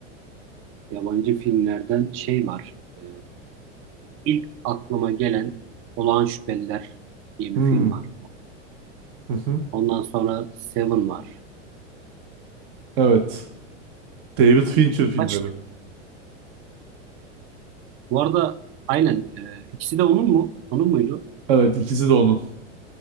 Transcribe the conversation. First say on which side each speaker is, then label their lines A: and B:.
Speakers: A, on the right (about 35°); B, on the right (about 50°).
A: Yabancı filmlerden şey var. E, ilk aklıma gelen Olağan Şüpheliler diye
B: Hmm.
A: bir film var.
B: Hı hı.
A: Ondan sonra Seven var.
B: Evet. David Fincher filmleri.
A: Kaç Bu arada aynen e, ikisi de onun mu? Onun muydu?
B: Evet ikisi de onun.